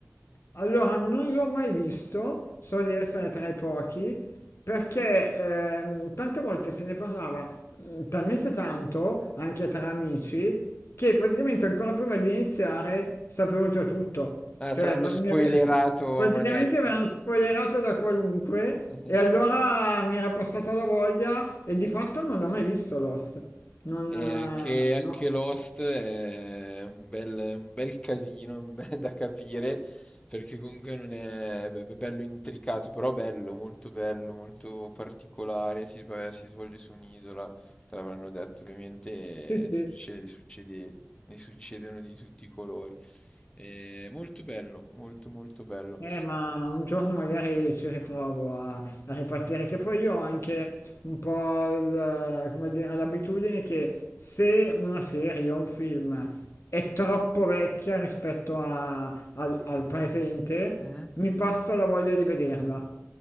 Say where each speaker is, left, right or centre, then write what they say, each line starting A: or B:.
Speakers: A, on the left (about 55°); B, on the left (about 20°).
A: Allora, non l'ho mai visto, so di essere tra i pochi, perché ehm, tante volte se ne parlava mm, talmente tanto, anche tra amici, che praticamente ancora prima di iniziare sapevo già tutto.
B: Ah,
A: Cioè,
B: te l'hanno
A: pra-
B: spoilerato
A: mi ave- <laughs> praticamente
B: a manetta.
A: mi hanno spoilerato da qualunque
B: <laughs>
A: e allora mi era passata la voglia e di fatto non l'ho mai visto Lost. Non...
B: E
A: eh,
B: anche, anche
A: no.
B: Lost è un bel, un bel casino <laughs> un bel- da capire, perché comunque non è, beh, è bello intricato, però bello, molto bello, molto particolare. Si, sv- si svolge su un'isola, te l'avranno detto ovviamente,
A: Sì, sì.
B: e succede, succede, ne succedono di tutti i colori. È molto bello, molto molto bello.
A: Eh, ma un giorno magari ci riprovo a, a ripartire, che poi io ho anche un po' il, come dire, l'abitudine che se una serie o un film è troppo vecchia rispetto a- al, al presente,
B: Mhm.
A: mi passa la voglia di vederla.